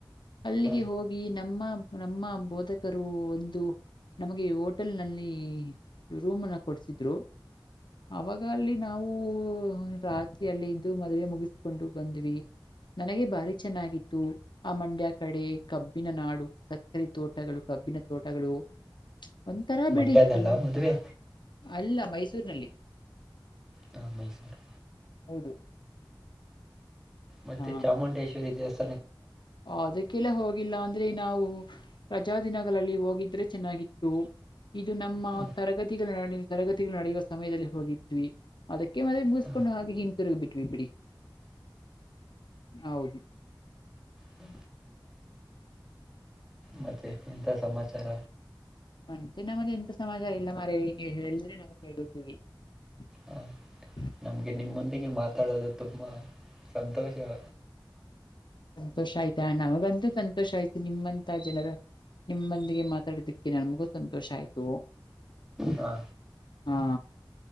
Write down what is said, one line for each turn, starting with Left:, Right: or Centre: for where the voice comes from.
Left: ಅಲ್ಲಿಗೆ
Centre: ಹ
Left: ಹೋಗಿ ಈ ನಮ್ಮ ನಮ್ಮ ಬೋಧಕರು ಒಂದು ನಮಗೆ ಹೋಟೆಲ್ ನಲ್ಲಿ ರೂಮ್ನ ಕೊಡ್ಸಿದ್ರು ಅವಾಗ ಅಲ್ಲಿ ನಾವು ರಾತ್ರಿ ಅಲ್ಲ ಇದ್ದು ಮದ್ವೆ ಮುಗಿಸ್ಕೊಂಡು ಬಂದ್ವಿ ನನಗೆ ಭಾರಿ ಚೆನ್ನಾಗಿದ್ದತ್ತು ಆ ಮಂಡ್ಯ ಕಡೆ ಕಬ್ಬಿನ ನಾಡು ಸಕ್ಕರೆ ತೋಟಗಳು ಕಬ್ಬಿನ ತೋಟಗಳು ಒಂಥರ ಬಿಡಿ
Centre: ಮಂಡ್ಯದಲ್ಲ
Left: ಅದಂತ
Centre: ಮದುವೆ
Left: ಅಲ್ಲ ಮೈಸೂರಿನಲ್ಲಿ
Centre: ಹ ಮೈಸೂರು
Left: ಹೌದು
Centre: ಮತ್ತೆ
Left: ಹಾ
Centre: ಚಾಮುಂಡೇಶ್ವರಿ ದೇವಸ್ಥ
Left: ಅದಕ್ಕೆಲ್ಲ ಹೋಗಿಲ್ಲ ಅಂದ್ರೆ ನಾವು ರಜ ದಿನಗಳಲ್ಲಿ ಹೋಗಿದ್ರೆ ಚೆನ್ನಾಗಿತ್ತು ಇದು ನಮ್ಮ
Centre: ಹ
Left: ತರಗತಿಗಳು ತರಗತಿಗಳು ನಡೆಯುವ ಸಮಯದಲ್ಲಿ ಹೋಗಿದ್ವಿ ಅದಕ್ಕೆ ಮೆ ಮು ಕಕೊಂಡು
Centre: ಹ
Left: ಹಾಗೆ ಹಿಿಂದಂತರುಗಿ ಬಿಟ್ವಿ ಬಿಡಿ ಹೌದು
Centre: ಹ್ಮ ಮತ್ತೆ ಎಂತ ಸಮಾಚಾರ
Left: ಮಂತೆೆ ನಮ್ಮಲ್ಲಿ ಎಂತ ಸಮಾಚಾರ ಇಲ್ಲ ಮಾರ ನೀ ಹೇಳಿದ್ರೆ ನಾವು ಕೇಳುತ್ತೀವಿ <inaudible>
Centre: ಹ ನಮ್ಗೆ ನಿಮ್ಮೊಂದಿಗೆ ಮಾತಾಡೋದು ತುಂಬಾ ಸಂತೋಷ
Left: ಸಂತೋಷ ಆಯ್ತಾ ನಮಗಂತೂ ಸಂತೋಷ ಆಯ್ತು ನಿಮ್ಮಂತ ಜನರ ನಿಮ್ಮೊಂದಿಗೆ ಮಾತಾಡಿದಕ್ಕೆ ನನ್ಗೂ ಸಂತೋಷ ಆಯ್ತು
Centre: ಹ
Left: ಹಾ